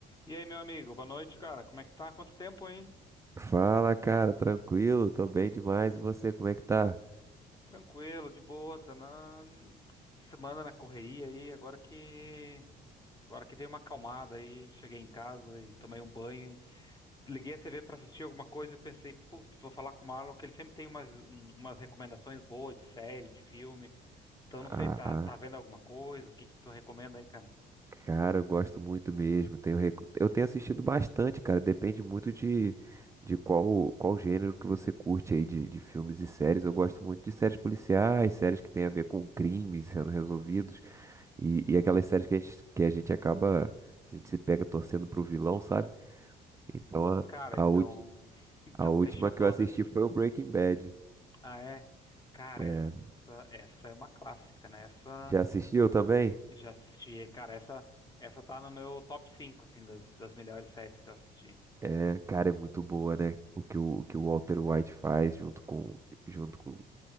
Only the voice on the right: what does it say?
Fala, cara, tranquilo? Tô bem demais. E você, como é que tá?
Ah,
cara, eu gosto muito mesmo. Tenho, recu- eu tenho assistido bastante, cara. Depende muito de, de qual, qual gênero que você curte aí de, de filmes e séries. Eu gosto muito de séries policiais, séries que tem a ver com crimes sendo resolvidos e, e aquelas séries que a gente, que a gente acaba, a gente se pega torcendo pro vilão, sabe? Então a,
a,
ulti-
a última
que eu assisti foi o Breaking Bad.
É,
já assistiu também?
É, cara, é muito boa, né? O que o, o que o Walter White faz junto com, junto com.